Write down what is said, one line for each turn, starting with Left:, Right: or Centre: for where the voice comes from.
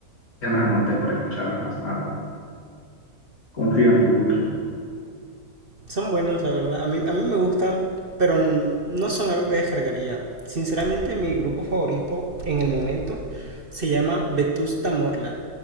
Left: ya las anoté para escucharlas más tarde. Confío en tu gusto.
Right: Son buenas, la verdad. A mí, a mí me gustan, pero no son algo que descargaría. Sinceramente, mi grupo favorito en el momento se llama Vetusta Morla.